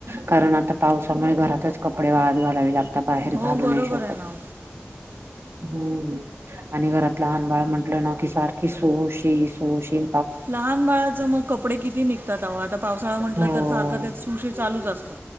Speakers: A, on the right; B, on the right.
A: कारण आता पावसामुळे घरातच कपडे वाळत घालावे लागत ता बाहेर
B: हो
A: घालू
B: बरोबर
A: नाही शकत.
B: आहे ना
A: हम्म आणि घरात लहान बाळ म्हंटलं ना कि सारख कि सु शी सु शी-
B: लहान बाळाचं मग कपडे किती निघतात आहो आता पावसाळा म्हटलं
A: हो
B: तर सारखं तेच सु शी चालूच असतं.